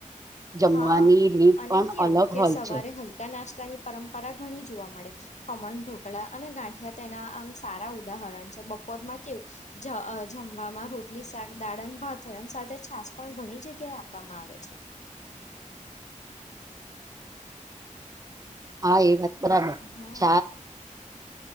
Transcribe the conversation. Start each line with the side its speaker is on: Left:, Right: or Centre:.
Right: જમવાની
Left: હા
Right: રીત
Left: અને
Right: પણ
Left: કેવુ
Right: અલગ
Left: કે
Right: હોય
Left: સવારે
Right: છે
Left: હલકા, નાસ્તાની પરપરા ઘણી જોવા મળે. ખમણ ઢોકળા, અને ગાંઠિયા તેના આમ સારા ઉદાહરણ છે, બપોરમાં કેવું જ જમવામા રોટલી, શાક, દાળન, ભાત હોય એમ સાથે છાસ, પણ ઘણી જગ્યાએ આપવામાં આવે છે.
Right: હા, એ વાત બરાબર
Left: હા
Right: ચ